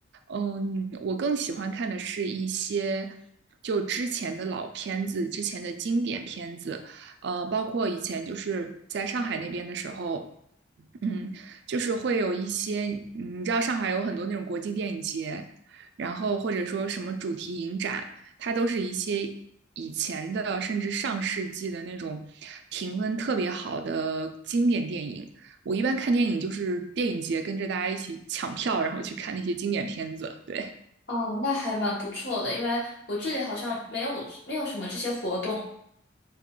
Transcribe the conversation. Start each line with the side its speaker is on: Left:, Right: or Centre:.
Right: 嗯，我更喜欢看的是一些就之前的老片子、之前的经典片子，呃，包括以前就是在上海那边的时候。嗯，就是会有一些，嗯你知道上海有很多那种国际电影节，然后或者说什么主题影展，它都是一些以前的甚至上世纪的那种评分特别好的经典电影。我一般看电影就是电影节跟着大家一起抢票，然后去看那些经典片子。对，
Left: 哦，那还蛮不错的，因为我这里好像没有没有什么这些活动。